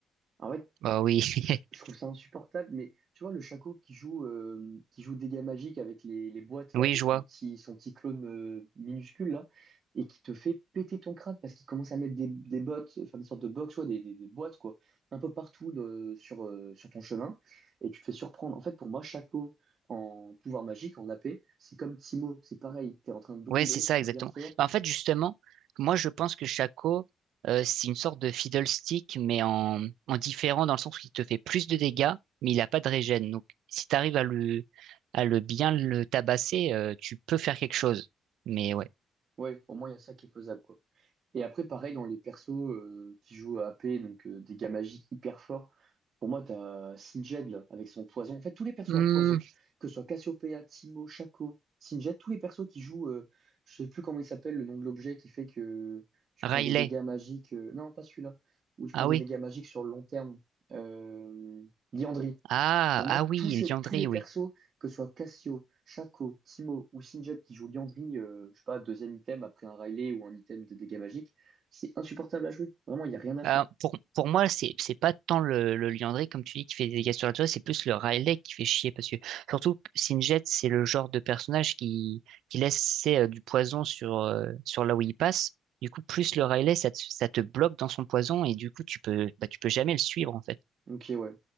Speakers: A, on the right; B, on the right.
A: en fait,
B: Bah oui,
A: je,
B: <laughs>
A: je- je trouve ça insupportable, mais tu vois, le Shaco qui joue, euh, qui joue dégâts magiques avec les, les boîtes, là,
B: oui,
A: avec
B: je
A: son
B: vois.
A: petit, son petit clone euh, minuscule, là, et qui te fait péter ton crâne parce qu'il commence à mettre des, des bottes, enfin, des sortes de box, ouais, des, des, des boîtes, quoi, un peu partout de- sur, euh, sur ton chemin, et tu te fais surprendre. En fait, pour moi, Shaco en pouvoir magique, en AP, c'est comme Timo, c'est pareil, t'es en train de brûler,
B: Ouais, c'est ça
A: tu peux
B: exactement.
A: rien faire.
B: Bah, en fait, justement, moi je pense que Shaco, euh, c'est une sorte de fiddlestick, mais en, en différent dans le sens où il te fait plus de dégâts, mais il a pas de régène. Donc si tu arrives à le à le bien le tabasser, euh, tu peux faire quelque chose. Mais ouais.
A: Ouais, au moins, il y a ça qui est faisable, quoi. Et après, pareil, dans les persos euh, qui jouent à AP, donc euh, des gars magiques hyper forts, pour moi, t'as Singed, là, avec son poison. En fait, tous les persos
B: Hmm,
A: à poison, que ce soit Cassiopeia, Timo, Shaco, Singed, tous les persos qui jouent, euh, je sais plus comment il s'appelle, le nom de l'objet qui fait que tu
B: Riley.
A: prends des dégâts magiques. euh, non, pas celui-là. où tu
B: Ah
A: prends des
B: oui.
A: dégâts magiques sur le long terme. Euh, Liandry.
B: Ah
A: Pour moi,
B: ah oui,
A: tous, ces,
B: il Liandry,
A: tous les persos
B: oui.
A: que ce soit Cassio, Shaco, Timo ou Sinjot qui joue Liandry, euh, je sais pas, deuxième item après un Riley ou un item de dégâts magiques, c'est insupportable à jouer. Vraiment, il n'y a rien à faire.
B: Euh, pour, pour moi, c'est, c'est pas tant le, le Liandry, comme tu dis, qui fait des dégâts sur la toile, c'est plus le Riley qui fait chier, parce que surtout, que Singed, c'est le genre de personnage qui, qui laisse c'est, euh, du poison sur, euh, sur là où il passe. Du coup, plus le Riley, ça te, ça te bloque dans son poison, et du coup, tu peux, bah, tu peux jamais le suivre, en fait.
A: Ok, ouais.